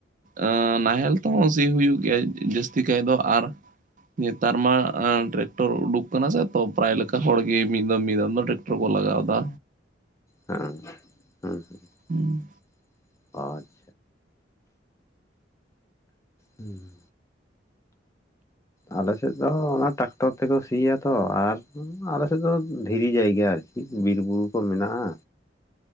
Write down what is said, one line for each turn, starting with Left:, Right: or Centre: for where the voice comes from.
Right: ᱮᱜ ᱱᱟᱦᱮᱞ ᱛᱮᱦᱚᱸ ᱥᱤ ᱦᱩᱭᱩᱜ ᱜᱮᱭᱟ ᱡᱟᱹᱥᱛᱤ ᱠᱟᱭ ᱫᱚ ᱟᱨ ᱱᱮᱛᱟᱨ ᱢᱟ ᱟᱱ <unintelligible> ᱴᱮᱠᱴᱚᱨ ᱩᱰᱩᱠ ᱠᱟᱱᱟ ᱥᱮ ᱛᱚ ᱯᱨᱟᱭ ᱞᱮᱠᱟ ᱦᱚᱲ ᱜᱮ ᱢᱤᱫ ᱫᱚᱢ ᱢᱤᱫ ᱫᱚᱢ ᱫᱚ ᱴᱮᱠᱴᱚᱨ ᱠᱚ ᱞᱟᱜᱟᱣ ᱫᱟ᱾
Left: ᱦᱮᱸ ᱦᱮᱸ ᱦᱮᱸ
Right: <unintelligible>
Left: <unintelligible> ᱦᱩᱸ ᱟᱞᱮ ᱥᱮᱫ ᱫᱚ ᱚᱱᱟ ᱴᱟᱠᱴᱚᱨ ᱛᱮᱠᱚ ᱥᱤᱭᱟᱛᱚ ᱟᱨ ᱟᱞᱮ ᱥᱮᱫ ᱫᱚ ᱫᱷᱤᱨᱤ ᱡᱟᱭᱜᱟ ᱟᱨᱠᱤ᱾ <inaudible> ᱵᱤᱨ ᱵᱩᱨᱩ ᱠᱚ ᱢᱮᱱᱟᱜ-ᱟ